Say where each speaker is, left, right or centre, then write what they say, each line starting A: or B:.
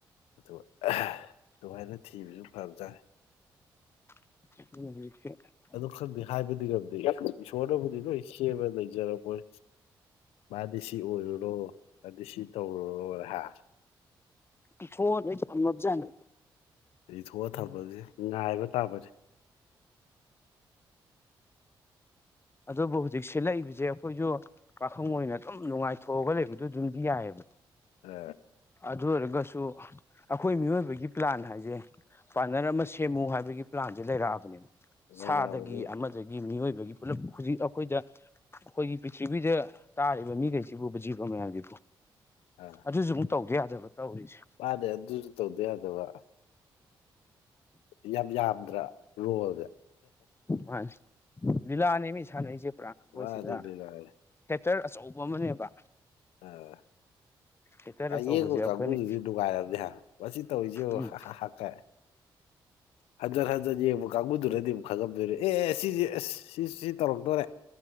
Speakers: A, on the left; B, on the left.
A: ꯑꯗꯨꯒ ꯑꯗꯨꯃꯥꯏꯅ ꯊꯤꯕꯁꯨ ꯐꯕꯖꯠꯅꯦ
B: <unintelligible>
A: ꯑꯗꯨ ꯈꯪꯗꯦ ꯍꯥꯏꯕꯗꯤ ꯈꯝꯗꯦ ꯏꯁꯣꯔꯅꯕꯨꯗꯤ ꯂꯣꯏ ꯁꯦꯝꯃ ꯂꯩꯖꯔ ꯄꯣꯠꯅꯦ꯫ ꯃꯥꯗꯤ ꯁꯤ ꯑꯣꯏꯔꯨꯔꯣ ꯑꯗꯨꯗꯤ ꯁꯤ ꯇꯧꯔꯨꯔꯣ ꯍꯥ
B: ꯏꯊꯣꯛꯑ ꯂꯣꯏ ꯊꯝꯃꯖꯥꯠꯅꯤ꯫
A: ꯏꯊꯣꯛꯑ ꯊꯝꯕꯁꯦ ꯉꯥꯏꯕ ꯇꯥꯕꯅꯤ <inaudible>
B: ꯑꯗꯨꯕꯨ ꯍꯧꯖꯤꯛ ꯁꯤꯠꯂꯛꯏꯕꯁꯦ ꯑꯩꯈꯣꯏꯁꯨ ꯄꯥꯈꯪ ꯑꯣꯏꯅ ꯑꯗꯨꯝ ꯅꯨꯡꯉꯥꯏꯊꯣꯛꯑꯒ ꯂꯩꯕꯗꯣ ꯑꯗꯨꯝꯗꯤ ꯌꯥꯏꯑꯦꯕ꯫
A: ꯑ
B: ꯑꯗꯨꯑꯣꯏꯔꯒꯁꯨ ꯑꯩꯈꯣꯏ ꯃꯤꯑꯣꯏꯕꯒꯤ ꯄ꯭ꯂꯥꯟ ꯍꯥꯏꯁꯦ ꯄꯥꯔꯠꯅꯔ ꯑꯃ ꯁꯦꯝꯃꯨ ꯍꯥꯏꯕꯒꯤ ꯄ꯭ꯂꯥꯟꯁꯦ ꯂꯩꯔꯛꯑꯕꯅꯦꯕ
A: ꯂꯩꯔꯛꯑꯕꯅꯤ
B: ꯁꯥꯗꯒꯤ ꯑꯃꯗꯒꯤ ꯃꯤꯑꯣꯏꯕꯒꯤ ꯄꯨꯂꯞꯖꯤꯛ ꯑꯩꯈꯣꯏꯗ ꯑꯩꯈꯣꯏꯒꯤ ꯄꯤꯔꯤꯊꯤꯕꯤꯗ ꯇꯥꯔꯤꯕ ꯃꯤꯈꯩꯁꯤꯕꯨ ꯖꯤꯕ ꯃꯌꯥꯝꯁꯤꯕꯨ
A: ꯑꯥ
B: ꯑꯗꯨꯁꯨ ꯑꯃꯨꯛ ꯇꯧꯗ ꯌꯥꯗꯕ ꯇꯧꯔꯤꯁꯦ
A: ꯃꯥꯅꯦ ꯑꯗꯨꯁꯨ ꯇꯧꯗ ꯌꯥꯗꯕ ꯌꯥꯝ ꯌꯥꯝꯗ꯭ꯔꯥ ꯔꯣꯜꯒ
B: ꯃꯥꯅꯤ ꯂꯤꯂꯥꯅꯦꯃꯤ ꯁꯥꯅꯩꯁꯦ ꯄꯨꯔꯥ ꯃꯈꯣꯏꯁꯤꯗ
A: ꯃꯥꯅꯤꯅꯦ ꯃꯥꯅꯤ
B: ꯊꯦꯇꯔ ꯑꯆꯧꯕ ꯑꯃꯅꯦꯕ
A: ꯑꯥ
B: ꯊꯦꯇꯔ
A: ꯑꯌꯦꯡꯕ
B: ꯑꯆꯧꯕꯁꯦ ꯑꯩꯈꯣꯏꯅ
A: ꯀꯥꯡꯕꯨꯗꯨꯁꯨ ꯅꯨꯡꯉꯥꯏꯔꯝꯅꯥ ꯍꯥ ꯃꯁꯤ ꯇꯧꯔꯤꯁꯦ ꯌꯦꯡꯉꯨ
B: ꯎꯝ
A: ꯍꯥ ꯍꯥ ꯍꯥ ꯀꯥꯏꯅ꯫ ꯍꯟꯖꯟ ꯍꯟꯖꯟ ꯌꯦꯡꯕ ꯀꯥꯡꯕꯨꯗꯨꯅꯗꯤ ꯑꯃꯨꯛ ꯈꯪꯉꯝꯗꯣꯏꯅꯦ ꯑꯦ ꯑꯦ ꯁꯤꯁꯦ ꯑꯁ ꯁꯤ ꯁꯤ ꯇꯧꯔꯛꯇꯣꯔꯦ